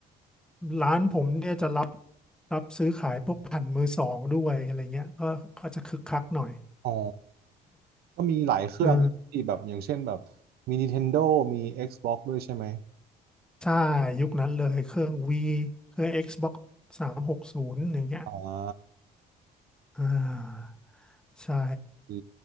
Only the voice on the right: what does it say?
อ๋อก็มีหลายเครื่องที่แบบอย่างเช่นแบบ
มี Nintendo มี Xbox ด้วยใช่ไหม
อ่า
ดี